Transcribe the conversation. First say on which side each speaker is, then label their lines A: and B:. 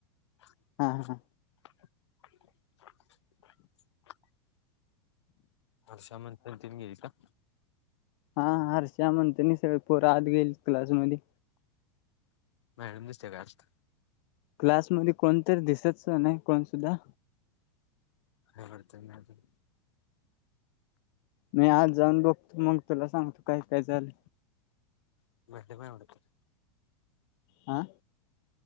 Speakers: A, on the left; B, on the left.
A: <unintelligible>
B: हा हा
A: अश्या मंत्री मी हांय कां
B: हां हां हर्षा म्हणतं नाहीं सगळें पोरं आंत गेलती क्लासमध्यें
A: मॅडम दिसतेय कां आंत
B: क्लासमध्यें कोणतरी दिसतंच नाहीं कोणं सुद्धां
A: हा <inaudible> <unintelligible>
B: मी आंत जाऊंन बघतो मंग तुलां सांगतो कायं कायं झालं
A: <inaudible> <unintelligible>
B: आं